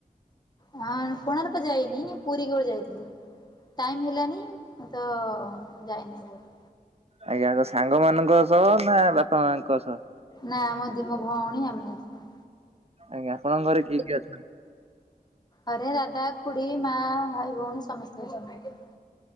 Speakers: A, on the left; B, on the right.
A: ହଁ କୋଣାର୍କ ଯାଇନି ପୁରୀ କେବଳ ଯାଇଥିଲି। ଟାଇମ୍ ହେଲାନି ତ ଯାଇନା କେଉଠି
B: ଆଜ୍ଞା ତ ସାଙ୍ଗ ମାନଙ୍କ ସହ ନା ବାପା ମାଙ୍କ ସହ।
A: ନାଇଁ ଆମ ଦି ମୋ ଭଉଣୀ ଆଉ ମୁଁ।
B: ଆଜ୍ଞା ଆପଣଙ୍କରେ କିଏ କିଏ ଅ
A: ଘରେ ଦାଦା ଖୁଡି ମା ଭାଇ ଭଉଣୀ ସମସ୍ତେ ଅଛନ୍ତି।